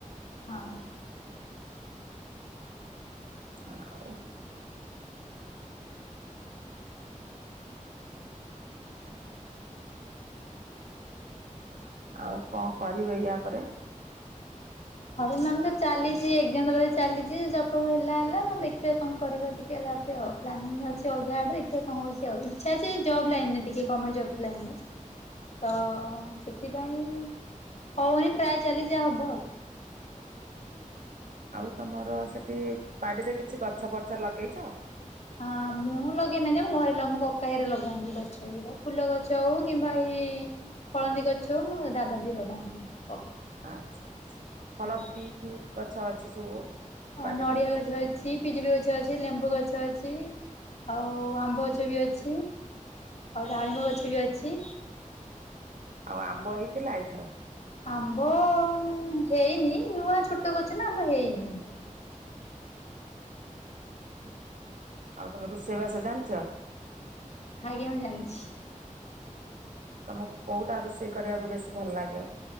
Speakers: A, on the left; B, on the right.
A: ହଁ।
B: ଆଉ। ଆଉ କଣ କରିବେ ୟା ପରେ।
A: ହ ମାମ ତ ଚାଲିଛି ଏଗଜାମ ଦେବାରେ ଚାଲିଛି ଜବ ଫବ ହେଲା ହେଲା ନହେଲେ ଦେଖିବା କଣ କରିବ ଟିକେ ତାପରେ ଆଉ। ପ୍ଳାନିଙ୍ଗୀ ଅଛି ଅଲଗା ଆଡେ ଦିଖିବା କଣ ହଉଛି ଆଉ ଇଛା ଜବ ଲାଇନ ରେ ଟିକେ ଗମେଣ୍ଟ ଜବ ଲାଇନ ରେ। ତ ସେଥିପାଇଁ ହଉନି ଟ୍ରାଏ ଚାଲି ଯାହା ହବ ଆଉ।
B: ଆଉ ତମର ସେଠି ବାଡିରେ କିଛି ଗଛ ଫଛ ଲଗେଇଛ।
A: ହଁ ମୁଁ ଲଗେଇନାହାଁ ଯେ ମୋ ଘରେ ଲ କକା ହେରା ଲଗାନ୍ତି ଗଛ ଗୁରା ଫୁଲ ଗଛ। ଗଛ ହଉ କିମ୍ବା ଏଇ ଫଳନ୍ଦୀ ଗଛ ହଉ ମୋ ଦାଦାଜୀ ଲଗାନ୍ତି କକା।
B: ଆଚ୍ଛା ଆଛା ଫଳ
A: ଆଜ୍ଞା।
B: କି କି ଗଛ ଅଛି ସବୁ
A: ଅ
B: ବାଡ଼ିରେ।
A: ନଡ଼ିଆ ଗଛ ଅଛି ପିଜୁଳି ଗଛ ଅଛି ଲେମ୍ବୁ ଗଛ ଅଛି ଆଉ ଆମ୍ବ ଗଛ ବି ଅଛି। ଆଉ ଡାଳିବ ଗଛ ବି ଅଛି।
B: ଆଉ ଆମ୍ବ ହେଇଥିଲା ଏଇଥରକ।
A: ଆମ୍ବ ହେଇନି ନୂଆ ଛୋଟ ଗଛ ନା ଆମ୍ବ ହେଇନି କିନ୍ତୁ।
B: ଆଉ ତମେ ରୋଷେଇବାସ ଜାଣିଛ।
A: ଆଜ୍ଞା ମୁଁ ଜାଣିଛି।
B: ତମକୁ କୋଉଟା ରୋଷେଇ କରିବାକୁ ବେଶୀ ଭଲ ଲାଗେ।